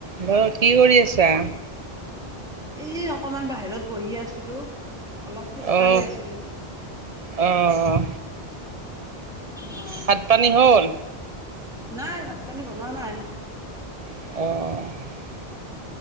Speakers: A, on the right; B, in the centre.
A: Hello, কি কৰি আছা?
B: এই অকমান বাহিৰত বহি আছিলো, অলপ খোজকাঢ়ি
A: অহ
B: আছিলো।
A: অহ,
B: অ',
A: ভাত পানী হ'ল?
B: নাই, ভাত পানী বনোৱা নাই।
A: অ'।